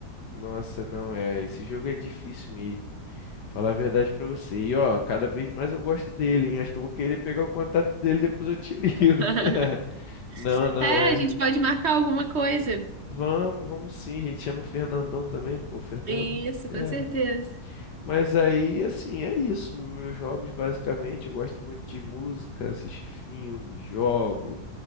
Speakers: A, on the left; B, on the right.
A: Nossa, não é. Esse jogo é difícil mesmo. Falar a verdade pra você. E ó, cada vez mais eu gosto dele, hein? Acho que eu vou querer pegar o contato dele, depois eu te ligo.
B: <laughs>
A: <laughs> Não, não,
B: É,
A: é.
B: a gente pode marcar alguma coisa.
A: Vamos, vamos sim, a gente. Chama o Fernandão também, pô, Fernando,
B: Isso,
A: fera.
B: com certeza.
A: Mas aí, assim, é isso. Meus hobbies, basicamente, eu gosto muito de música, assistir filme, jogo,